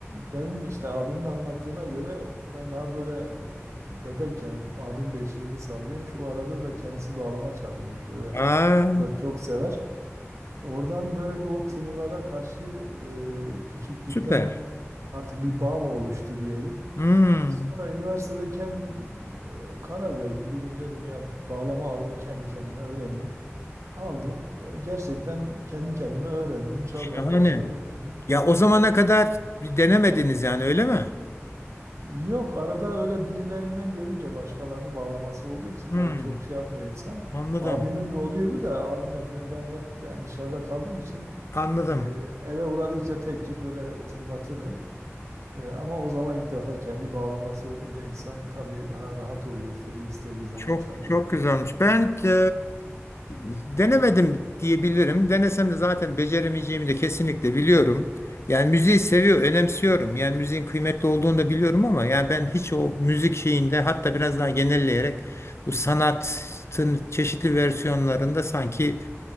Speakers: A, on the right; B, on the left.
A: benim işte abimin anlattığına göre ben daha böyle e, bebekken bu- abim beşiğimi sallıyormuş. O arada da kendisi bağlama çalıyormuş böyle.
B: Aa,
A: O da çok sever. Oradan böyle bir o tınılara karşı e, küçüklükten
B: süper.
A: artık bir bağ mı oluştu diyeyim.
B: Hmm,
A: Sonra üniversitede kendim e, karar verdim. Bir gün dedim ya bağlama alayım kendi kendime öğreneyim. Aldım. E, Gerçekten kendi kendime öğrendim. Çalmaya
B: şahane.
A: başladım yani.
B: Ya o zamana kadar bir denemediniz yani öyle mi?
A: Yok arada öyle birilerinden görünce başkalarının bağlaması olduğu için
B: Hmm,
A: tabii çok şey yapmıyor insan.
B: anladım.
A: Abimin oluyordu da abimle ben ben hep dışarıda kaldığım için
B: Anladım.
A: e, eve uğradıkça tek tük böyle tınlatırdım. E, ama o zaman ilk defa kendi bağlaması olunca insan tabii daha rahat oluyor. Free istediği zaman
B: Çok
A: çalıyor
B: çok
A: falan.
B: güzelmiş. Ben e, denemedim diyebilirim. Denesem de zaten beceremeyeceğimi de kesinlikle biliyorum. Yani müziği seviyor, önemsiyorum. Yani müziğin kıymetli olduğunu da biliyorum ama yani ben hiç o müzik şeyinde hatta biraz daha genelleyerek bu sanatın çeşitli versiyonlarında sanki